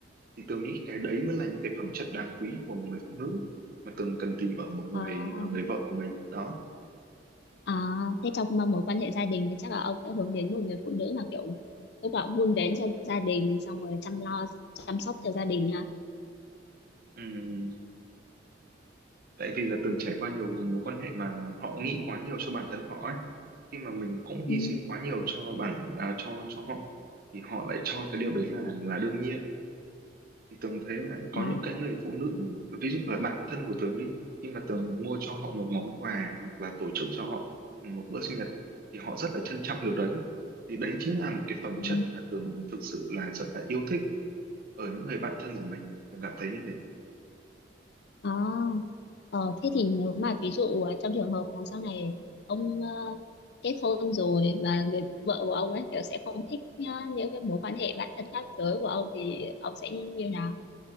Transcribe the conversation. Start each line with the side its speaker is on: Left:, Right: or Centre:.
Right: thì Tường nghĩ cái đấy mới là những cái phẩm chất đáng quý của một người phụ nữ mà Tường cần tìm ở một
Left: Ờ,
Right: người
Left: à,
Right: ờ, người vợ của mình đó
Left: à, thế trong mà mối quan hệ gia đình thì chắc là ông sẽ hướng đến một người phụ nữ mà kiểu lúc nào cũng vun vén cho gia đình xong rồi chăm lo chăm sóc cho gia đình ha
Right: Ừm, tại vì là Tường trải qua nhiều mối quan hệ mà họ nghĩ quá nhiều cho bản thân họ ấy khi mà mình cũng
Left: ừ
Right: hy sinh quá nhiều cho bản à, cho cho họ thì họ lại cho cái điều đấy là là đương nhiên thì Tường thấy là có
Left: Ờ,
Right: những cái người phụ nữ ví dụ là bạn thân của Tường đi khi mà Tường mua cho họ một món quà hoặc là tổ chức cho họ một bữa sinh nhật thì họ rất là trân trọng điều đấy thì đấy chính là một cái phẩm
Left: ừ
Right: chất mà Tường thực sự là rất là yêu thích ở những người bạn thân của mình Tường cảm thấy như thế
Left: Ờ. Ờ, thế thì nếu mà ví dụ ờ, trong trường hợp mà sau này ông ờ, kết hôn rồi và người vợ của ông ấy kiểu sẽ không thích ờ, những cái mối quan hệ bạn thân khác giới của ông thì ông sẽ như nào?